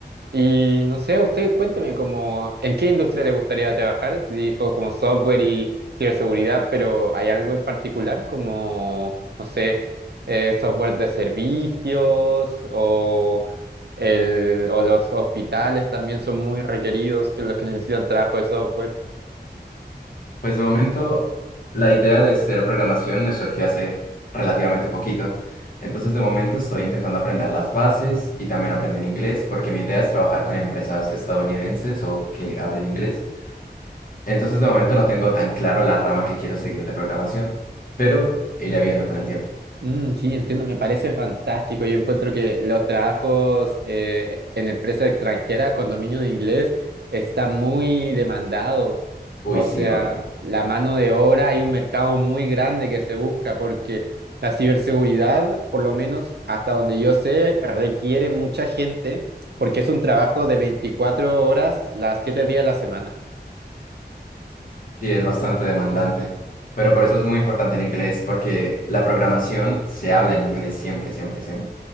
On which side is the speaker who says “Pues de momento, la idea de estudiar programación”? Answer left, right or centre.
Left